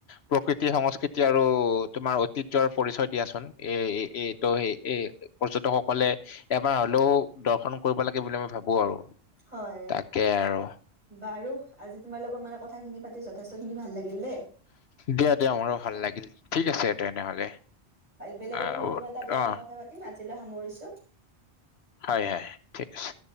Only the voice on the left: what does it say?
প্ৰকৃতি সংস্কৃতি আৰু তোমাৰ ঐতিহ্যৰ পৰিচয় দিয়াচোন। এ এইটো স এ পৰ্যটকসকলে এবাৰ হলেও দৰ্শন কৰিব লাগে বুলি আমি ভাবো। আৰু-
তাকে আৰু
দিয়া দিয়া আমাৰো ভাল লাগিল। ঠিক আছে তেনেহলে।
অ',
অ',
হয় হয়। ঠিক আছে।